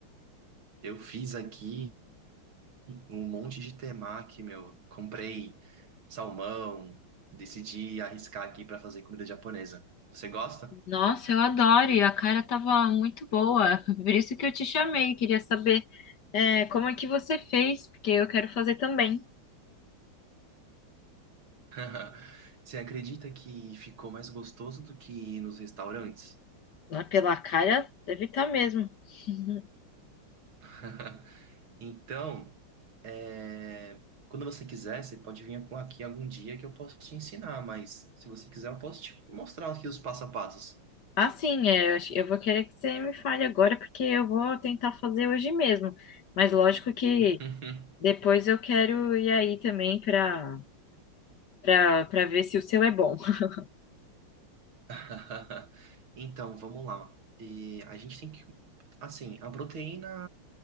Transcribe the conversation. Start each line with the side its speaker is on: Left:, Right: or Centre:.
Right: eu fiz aqui um monte de temaki, meu. Comprei salmão, decidi arriscar aqui pra fazer comida japonesa. Você gosta?
Left: nossa, eu adoro e a cara tava muito boa. <laughs> Por isso que eu te chamei. Queria saber, é, como é que você fez, porque eu quero fazer também.
Right: <laughs> Você acredita que ficou mais gostoso do que ir nos restaurantes?
Left: Ah, Pela cara, deve estar mesmo. <laughs>
Right: <laughs> Então, é, quando você quiser, você pode vir com- aqui algum dia que eu posso te ensinar, mas se você quiser, eu posso te mostrar aqui os passo a passo.
Left: Ah, sim, é, eu, acho- eu vou querer que você me fale agora, porque eu vou tentar fazer hoje mesmo. Mas lógico que
Right: Uhum.
Left: depois eu quero ir aí também para para para ver se o seu é bom. <laughs>
Right: <laughs> Então, vamos lá. E a gente tem que, assim, a proteína,